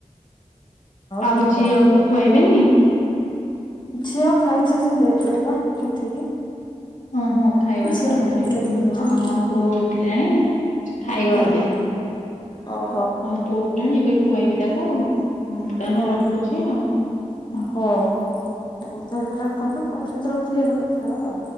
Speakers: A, on the left; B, on the left.
A: ଆଉ
B: ସବୁ
A: ଝିଅକୁ
B: କଣ
A: ଖୁଆଇବେନି
B: ଝିଅ ଖାଇଛ ଲେଟ ରେ ଉଠିକି
A: ଓହୋ ଖାଇବା
B: ଝିଅ
A: ସମୟ
B: ଉଠିକି
A: ଡେରି
B: ଲେଟ
A: ହବ
B: ରେ ଖାଇଛି।
A: ଆମ ପୁଅ ଉଠିଲାଣି ଖାଇବ
B: ହଁ
A: ଏବେ
B: ଓହୋ
A: ଆଉ ପଉଠିଲାଣି ଏବେ ଖୁଆଇବି ତାକୁ ହ ତାହେଲେ
B: ହଁ
A: ରଖୁଛି ଆଉ ହ
B: ହଉ ହଉ ତାହେଲେ ରଖନ୍ତୁ ପରେ ସେତେବେଳେ ଫ ହେଲେ କଥା ହବା ଆଉ